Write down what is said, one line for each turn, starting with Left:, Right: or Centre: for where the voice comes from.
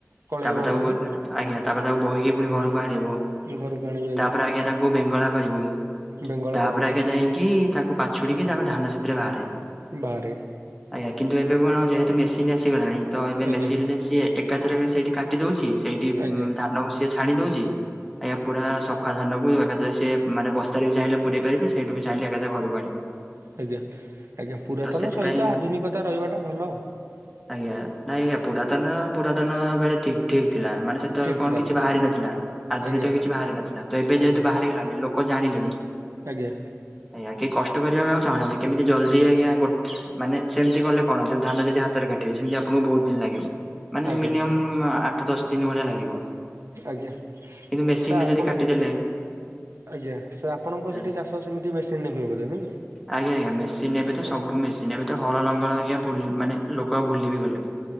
Right: କଳେଇ
Centre: ତାପରେ
Right: ବାନ୍ଧନ୍ତି
Centre: ତାକୁ ଆଜ୍ଞା ତାପରେ ତାକୁ ବହିକି
Right: ଆଜ୍ଞା
Centre: ପୁଣି ଘରକୁ ଆଣିବୁ
Right: ଘରକୁ ଆଣିବେ
Centre: ତାପରେ ଆଜ୍ଞା ତା କୁ ବେଙ୍ଗଳା କରିବୁ
Right: ବେଙ୍ଗଳ
Centre: ତାପରେ
Right: କରନ୍ତି
Centre: ଆଗେ ଯାଇକି ତାକୁ ପାଛୁଡିକି ତାପ ଧାନ ସେଥିରେ ବାହାରେ।
Right: ବାରେ
Centre: ଆଜ୍ଞା କିନ୍ତୁ ଏବେ କଣ ଯେହେତୁ ମେସିନ ଆସିଗଲାଣି ତ ଏବେ
Right: ଆଜ୍ଞା
Centre: ମେସିନଲେ ସିଏ ଏକାଥରକ ସେଇଠି କାଟ ଟିଦୋଉଚି ସେଇଠି
Right: ଆଜ୍ଞା
Centre: ଉମ ଧାନକୁ ସିଏ ଛାଣି ଦଉଚି ଆଜ୍ଞା ପୁରା ସଫା ଧାନକୁ ଏକାଥରେ ସିଏ ମାନେ ବସ୍ତାରେ ବି ଚାହିଁଲେ ପୁରେଇ ପାରିବେ ସେଇଠୁ ବି ଚାହିଁଲେ ଏକାଥ ଘକୁ ଆଣି
Right: ଆଜ୍ଞା ଆଜ୍ଞା ପୁରାତନ
Centre: ସେଥିପାଇଁ
Right: ସହିତ ଆଧୁନିକତା ରହିବାଟା ଭଲ।
Centre: ଆଜ୍ଞା ନାଇ ପୁରାତନ ପୁରାତନ ବେଳେ ଠି ଠିକ ଥିଲା ମାନେ ସେତବେଳେ
Right: ଠିକ
Centre: କଣ
Right: ଥିଲା
Centre: କିଛି
Right: ଆଜ୍ଞା
Centre: ବାହାରି ନଥିଲା ଆଧୁନିତ
Right: ଆଜ୍ଞା
Centre: କିଛି ବାହାରି ନଥିଲା ତ ଏବେ
Right: ଆଜ୍ଞା
Centre: ଯେହେତୁ ବାହାରଗଲାନି ଲୋ ଜାଣିଲେଣି
Right: ଆଜ୍ଞା
Centre: ଆୟା କେ କଷ୍ଟ କରିବାକୁ ଆଉ ଚାହୁଁନାହାନ୍ତି କେମିତି ଜଲଦି ଆଜ୍ଞା ଗୋ ମାନେ ସେମିତି କଲେ କଣ ଯଉ ଧାନ ଯଦି ହାତରେ କାଟିବେ ସେମିତି ଆପଣଙ୍କୁ ବହୁତ ଦିନ ଲାଗିବ। ମାନେ
Right: ଆଜ୍ଞା
Centre: ମିନିମମ୍
Right: ଆଜ୍ଞା
Centre: ଆଠ ଦଶ ଦିନ ଭଳିଆ ଲାଗିବ।
Right: ଆଜ୍ଞା
Centre: କିନ୍ତୁ ମେସିନ
Right: ସାର୍
Centre: ରେ
Right: ଆପଣ
Centre: ଯଦି କାଟିଦେଲେ
Right: ଆଜ୍ଞା ସାର୍ ଆପଣଙ୍କ
Centre: ଆଜ୍ଞା
Right: ସେଠି ଚାଷ ସେମିତି ମେସିନରେ ହୁଏବ ବୋଧେ ନାଇଁ?
Centre: ଆଜ୍ଞା ଆଜ୍ଞା ମେସିନ୍ ଏବେ
Right: କି
Centre: ତ ସବୁେସିନ୍
Right: ଆଜ୍ଞା
Centre: ଏବେ ତ ହଳ ଲଙ୍ଗଳ ଆଜ୍ଞା ଭୁଲ ମାନେ ଲୋକ ଆଉ ଭୁଲି ବିି ଗଲେଣି।